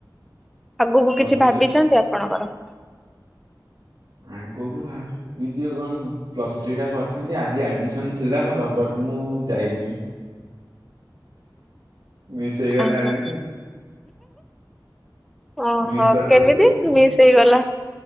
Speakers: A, in the centre; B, on the right.
A: ଆଗକୁ
B: ପ୍ଲସ
A: କିଛି
B: ଟୁ
A: ଭାବିଛନ୍ତି
B: ସରିଛି।
A: ଆପଣଙ୍କର।
B: ଆଗକୁ ଭାବ ଝିଅ କଣ ପ୍ଲସ ଥ୍ରୀ ଟା କରିଛନ୍ତି ଆଜି ଆଡମିସନ ଥିଲା ମୋର ବଟ ମୁଁ ଯାଇମି। ମିଶେଇ ଗଲାଣି।
A: ଓହୋ ଓହୋ
B: ମିସ୍ କରିଦେଇଛି
A: କେମିତି
B: ଆଉ
A: ମି ହେଇଗଲା